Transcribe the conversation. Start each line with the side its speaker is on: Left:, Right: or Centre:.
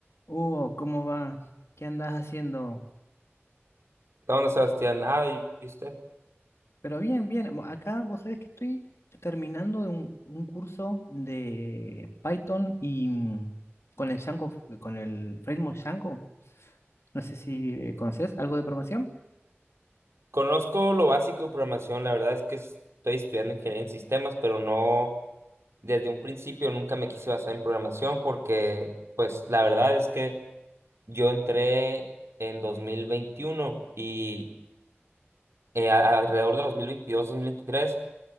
Left: Hugo, ¿cómo va? ¿Qué andas haciendo?
Right: La onda, Sebastián, nada, ¿y usted?
Left: Pero bien, bien. Bo- Acá vos sabés que estoy terminando de un, un curso de Python y mm, con el Django, f- con el framework Django. No sé si eh, conoces algo de programación.
Right: Conozco lo básico de programación, la verdad es que estoy estudiando ingeniería en sistemas, pero no, desde un principio nunca me quise basar en programación porque, pues, la verdad es que yo entré en 2021 y eh, a- alrededor de 2022-2023